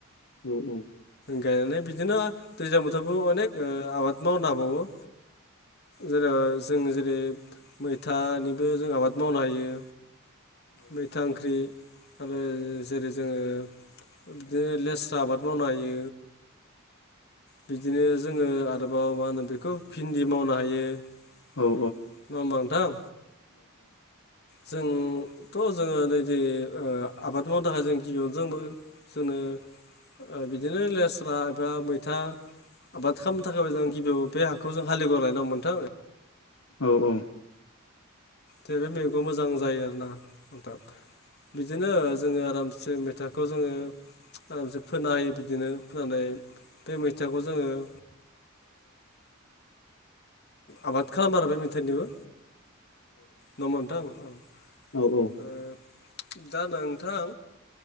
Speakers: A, on the left; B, on the left.
A: औ- औ-
B: गायनानै बिदिनो दैज्लां बोथोरबो अनेक आबाद मावनो हाबावो जेराव जों जेरै मैथानिबो जों आबाद मावनो हायो मैथा ओंख्रि आरो जेरै जोङो बिदिनो लेस्रा आबाद मावनो हायो बिदिनो जोङो आरोबाव मा होनो बेखौ भिन्दि मावनो हायो नङा
A: औ
B: होनबा नोंथां जोंथ' जोङो नैदिे ओ- आ- आबाद मावनो थाखाय जों गिबियावनो जोंबो जोङो ओ- बिदिनो लेस्रा एबा मैथा आबाद खालामनो थाखायबो जों गिबियाव बे हाखौ जों हाललिवर लायनांगौ नोथां
A: औ- औ
B: जे बे मैगंआ मोजां जायो आरोना आंथां बिदिनो जोङो आरामसे मेथा खौ जोङो आरामसे फोना होयो बिदिनो फोननानै बे मैथाखौ जोङो ए आबाद खालामो आरोना बे मिथाइनिबो नोंथां' मथाम औ-
A: औ-
B: ओ दा- नोंथां